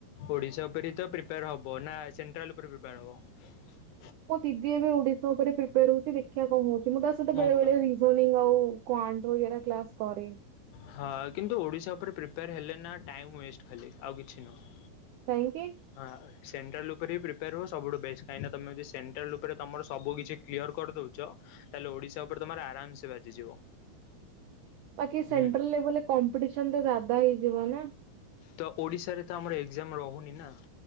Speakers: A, on the left; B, on the right.
A: ଓଡିଶା ଉପରେ ହି ତ ପ୍ରିପେୟାର ହବ ନା ସେଣ୍ଟ୍ରାଲ ଉପରେ ପ୍ରିପେୟାର ହବ?
B: ମୋ ଦିଦି ଏବେ ଓଡିଶା ଉପରେ ପ୍ରିପେୟାଡ୍ ହଉଚି ଦେଖିବା କଣ ହଉଚ୍? ମୁଁ ତା ସହିତ
A: ମଙ୍କ
B: ବେଳେ ବେଳେ ରିଯୋନୀଙ୍ଗ ଆଉ କ୍ୱାନ୍ଟ ବଗେରା କ୍ଲାସ୍ କରେ।
A: ହଁ କିନ୍ତୁ ଓଡ଼ିଶା ଉପରେ ପ୍ରିପେୟାର ହେଲେ ନା ଟାଇମ ୱଷ୍ଟ ଖାଲି ଆଉ କିଛି ନୁହଁ।
B: କାହିଁକି?
A: ହଁ ସେଣ୍ଟ୍ରାଲ ଉପରେ ହି ପ୍ରିପେୟାର ହୁଅ ସବୁଠୁ ବେ। କାହିଁ ନା ତମେ ଯଦି ସେଣ୍ଟ୍ରାଲ ଉପରେ ତମର ସବୁ କିଛି କ୍ଲିୟର କରିଦଉଚ। ତାହେଲେ ଓଡିଶା ଉପରେ ତମର ଆରାମ ସେ ବାଜିଯିବ।
B: ବାକି
A: ହୁଁ
B: ସେଣ୍ଟ୍ରାଲ ଲେବୁଲ୍ ରେ କମ୍ପିଟିସନ୍ ତ ଜାଦା ହେଇଯିବ ନା?
A: ତ ଓଡିଶାରେ ତ ଆମର ଏକ୍ଜାମ ରହୁନି ନା